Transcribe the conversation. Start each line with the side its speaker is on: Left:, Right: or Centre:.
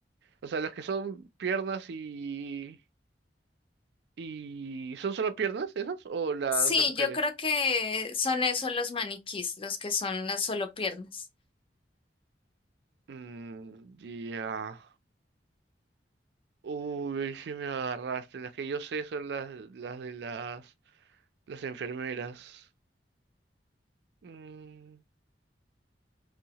Right: O sea, los que son piernas y. y ¿Son solo piernas esas? ¿O las,
Left: Sí,
Right: las mujeres?
Left: yo creo que son esos los maniquís, los que son las solo piernas.
Right: Mm, ya. Uy, sí me agarraste. Las que yo sé son las, las de las, las enfermeras. Mm,